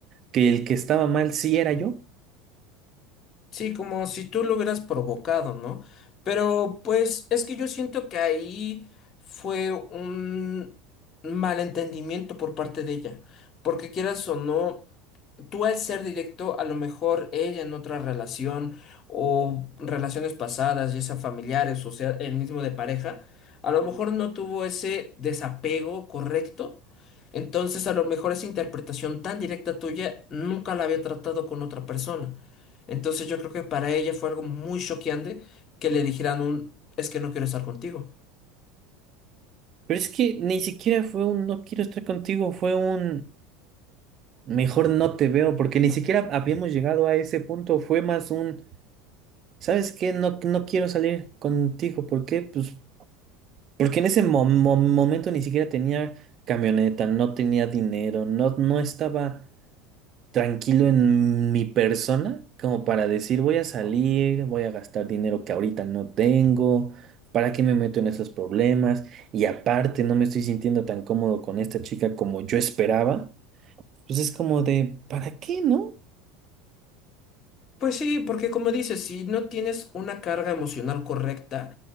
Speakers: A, on the right (about 45°); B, on the left (about 40°).
A: que el que estaba mal sí era yo.
B: Sí, como si tú lo hubieras provocado, ¿no? Pero pues es que yo siento que ahí fue un malentendimiento por parte de ella. Porque quieras o no. tú al ser directo, a lo mejor ella en otra relación o relaciones pasadas, ya sea familiares o sea el mismo de pareja, a lo mejor no tuvo ese desapego correcto. Entonces, a lo mejor esa interpretación tan directa tuya nunca la había tratado con otra persona. Entonces, yo creo que para ella fue algo muy choqueante que le dijeran un es que no quiero estar contigo.
A: Pero es que ni siquiera fue un no quiero estar contigo, fue un mejor no te veo, porque ni siquiera habíamos llegado a ese punto, fue más un... ¿Sabes qué? No, no quiero salir contigo. ¿Por qué? Pues porque en ese mo- mo- momento ni siquiera tenía camioneta, no tenía dinero, no, no estaba tranquilo en mi persona como para decir voy a salir, voy a gastar dinero que ahorita no tengo, ¿para qué me meto en esos problemas? Y aparte no me estoy sintiendo tan cómodo con esta chica como yo esperaba. Pues es como de, ¿para qué, no?
B: Pues sí, porque como dices, si no tienes una carga emocional correcta,